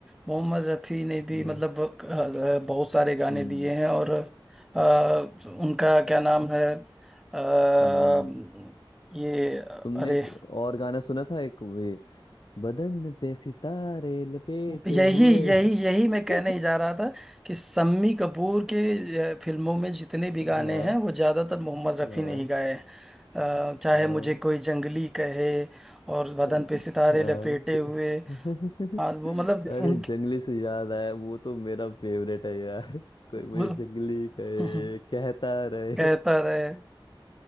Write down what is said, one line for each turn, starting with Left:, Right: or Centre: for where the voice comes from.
Centre: मोहम्मद रफ़ी ने भी
Left: या
Centre: मतलब अ, बहुत सारे गाने
Left: हम्म
Centre: दिए हैं और अ, उनका क्या नाम है अ,
Left: हम्म
Centre: ये अरे
Left: तुमने एक और गाना सुना था एक वे बदन पे सितारे लपेटे
Centre: यही
Left: हुए
Centre: यही
Left: <laughs>
Centre: यही मैं कहने ही जा रहा था कि सम्मी कपूर के अ, फिल्मों में जितने भी गाने
Left: हाँ
Centre: हैं वो ज़्यादातर मोहम्मद रफ़ी
Left: हाँ
Centre: ने ही गाए हैं अ, चाहे
Left: हाँ
Centre: मुझे कोई जंगली कहे और बदन
Left: हाँ
Centre: पे सितारे लपेटे
Left: कि...
Centre: हुए
Left: <laughs>
Centre: और वो मतलब
Left: अरे
Centre: उनके
Left: जंगली से याद आया वो तो मेरा फेवरेट है यार कोई मुझे
Centre: वो
Left: जंगली कहे
Centre: <laughs>
Left: कहता रहे
Centre: कहता रहे